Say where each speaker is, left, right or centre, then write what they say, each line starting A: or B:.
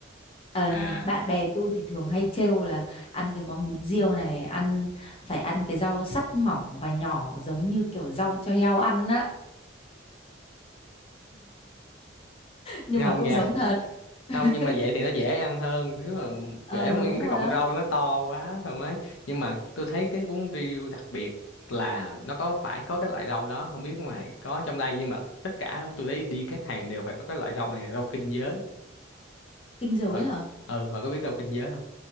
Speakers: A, on the left; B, on the left.
A: Ờ,
B: à
A: bạn bè tôi thì thường hay trêu là ăn cái món bún riêu này ăn phải ăn cái rau sắt mỏng và nhỏ giống như kiểu rau cho heo ăn á nhưng
B: nghe
A: mà
B: không
A: cũng
B: nghe
A: giống thật <laughs>
B: không nhưng mà vậy thì nó dễ ăn hơn thứ mà
A: ờ
B: dễ mua
A: đúng
B: những cái
A: rồi
B: cọng
A: á
B: rau nó to quá không ấy nhưng mà tôi thấy cái bún riêu đặc biệt là nó có phải có cái loại rau đó không biết ngoài có trong đây nhưng mà tất cả tôi thấy đi các hàng đều phải có cái loại rau này rau kinh giới
A: kinh giới
B: và
A: hả
B: ừ và có biết rau kinh giới không